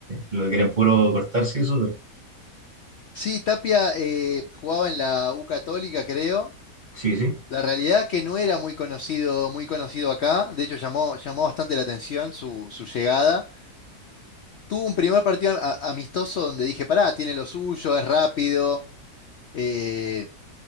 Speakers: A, on the right; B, on the left.
A: lo quieren puro cortar, sí, supe.
B: Sí, Tapia eh, jugaba en la U Católica, creo.
A: Sí, sí.
B: La realidad es que no era muy conocido, muy conocido acá. De hecho, llamó, llamó bastante la atención su, su llegada. Tuvo un primer partido a- amistoso donde dije, pará, tiene lo suyo, es rápido, eh,